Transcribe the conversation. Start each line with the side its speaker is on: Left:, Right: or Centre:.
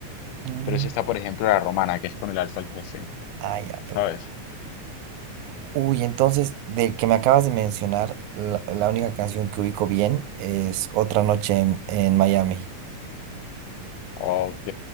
Right: Mm,
Left: Pero si está, por ejemplo, la romana, que es con el alfa el jefe,
Right: Ah, ya, pero.
Left: ¿sabes?
Right: Uy, entonces, del que me acabas de mencionar, la, la única canción que ubico bien es Otra noche en, en Miami.
Left: Ok,